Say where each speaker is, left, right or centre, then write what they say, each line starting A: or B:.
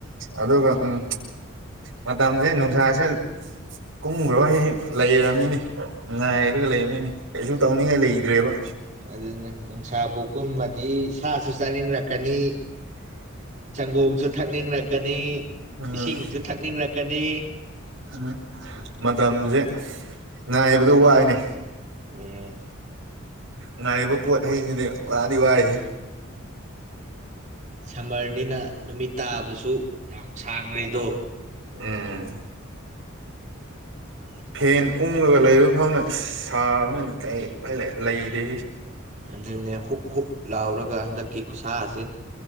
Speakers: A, on the right; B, on the right.
A: ꯑꯗꯨꯒ ꯎꯝ ꯃꯇꯝꯁꯦ ꯅꯨꯡꯁꯥꯁꯦ ꯀꯨꯝꯈ꯭ꯔꯣ ꯑꯩ ꯂꯩꯅꯤꯅꯦ ꯉꯥꯏꯔꯒ ꯂꯩꯔꯕꯝꯅꯤꯅꯦ ꯀꯩꯁꯨ ꯇꯧꯅꯤꯡꯉꯥꯏ ꯂꯩꯇ꯭ꯔꯦꯕ
B: ꯑꯗꯨꯅꯤ ꯅꯨꯡꯁꯥꯕꯨ ꯀꯨꯝꯃꯗꯤ ꯁꯥꯁꯨ ꯆꯥꯅꯤꯡꯂꯛꯀꯅꯤ ꯁꯪꯒꯣꯝꯁꯨ ꯊꯛꯅꯤꯡꯔꯛꯀꯅꯤ
A: ꯎꯝ
B: ꯏꯁꯤꯡꯁꯨ ꯊꯛꯅꯤꯡꯂꯛꯀꯅꯤ
A: ꯎꯝ ꯃꯇꯝꯁꯦ ꯉꯥꯏꯕꯗ ꯋꯥꯏꯅꯦ
B: ꯎꯝ
A: ꯉꯥꯏꯕ ꯄꯣꯠ ꯍꯩꯁꯤꯗꯤ ꯋꯥꯗꯤ ꯋꯥꯏ
B: ꯁꯝꯃꯔꯅꯤꯅ ꯅꯨꯃꯤꯠ ꯇꯥꯕꯁꯨ ꯌꯥꯝ ꯁꯥꯡꯔꯤꯗꯣ
A: ꯎꯝ
B: <inaudible>
A: ꯐꯦꯟ ꯎꯪꯉꯒ ꯂꯩꯕ ꯐꯥꯎꯅ ꯁꯥꯕꯅ ꯀ ꯂꯩꯗꯦ
B: ꯑꯗꯨꯅꯦ ꯍꯨꯛ ꯍꯨꯛ ꯂꯥꯎꯔꯒ ꯍꯟꯗꯛꯀꯤ ꯈꯨꯠꯁꯥꯁꯦ